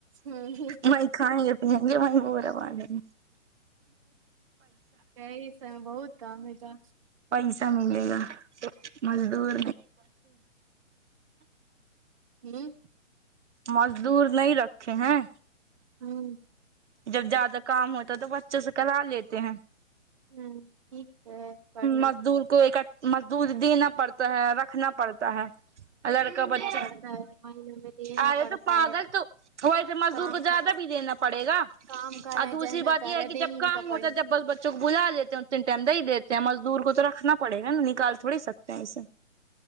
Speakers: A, on the right (about 25°); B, on the right (about 65°).
A: ہوں
B: وہیں کھائیں گے جے من پور معے
A: یہی س بہت کام ہے تھا
B: پیسہ ملے گا مزدور
A: ہوں
B: مزدور نہیں رکھے ہیں
A: ہوں
B: جب زیادہ کام ہوتا ہے تو بچوں سے کرا لیتے ہیں
A: ہوں ٹھیک ہے بڑھیا
B: مزدور کو ایکٹ مزدور دینا پڑتا ہے رکھنا پڑتا ہے لڑکا
A: رکھنا
B: بچہ
A: پڑتا ہے مہینہ میں دینا
B: آے
A: پڑتا
B: تو پاگل
A: ہے
B: تو وہی تھے مزدور
A: کام
B: کو زیادہ
A: کا
B: بھی دینا پڑے گا
A: کام کر
B: اور
A: رہے
B: دوسری
A: جہنا
B: بات
A: کر
B: یہ ہے
A: رہے
B: کہ
A: دے
B: جب
A: ہی
B: کام
A: کا پڑی
B: ہوتا جب بس ب چ بلا دیتےوں تین ائم دے دیتے مزدور کو تو رکھنا پڑے گا نا نکال تھوڑی سکتے ہیں ایسے